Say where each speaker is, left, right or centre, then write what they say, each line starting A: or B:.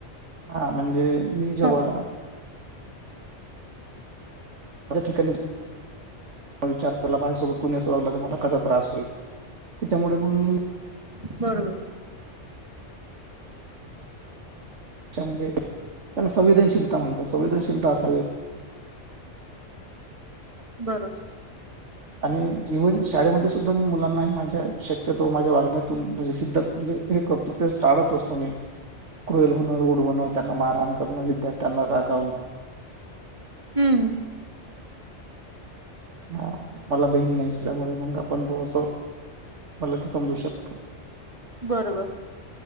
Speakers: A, on the right (about 80°); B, on the right (about 30°).
A: हा म्हणजे मी जेव्हा
B: हो
A: माझ्या ठिकाणी विचार केला माझ्यासोबत कुणी अस वागला तर मला कसा त्रास होईल त्याच्यामुळे मग मी
B: बरोबर
A: अ म्हणजे त्याला संवेदनशीलता म्हणत संवेदनशीलता असा
B: बरोबर
A: आणि इव्हन शाळेमध्ये सुद्धा मी मुलांना माझ्या शक्यतो माझ्या वागण्यातूने सिद्ध म्हण हे करतो तेच टाळत असतो मी क्रोल होणं रुडवणं त्यांना मारहाण करणं विद्यार्थ्यांना रागवणं
B: हम्म
A: हा मला बहीण नाही असल्यामुळे मग आपण थोडस मला ते समजू शकतो
B: बरोबर